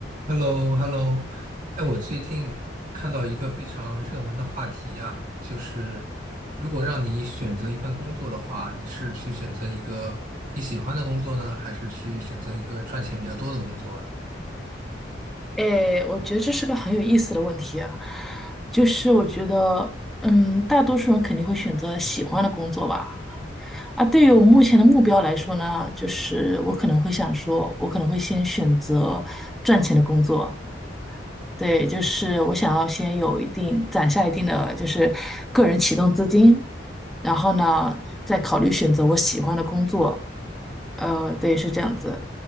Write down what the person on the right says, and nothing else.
h e l l o h e l l o 哎，我最近看到一个非常热门的话题呀，就是如果让你选择一份工作的话，你是去选择一个你喜欢的工作呢，还是去选择一个赚钱比较多的工作啊？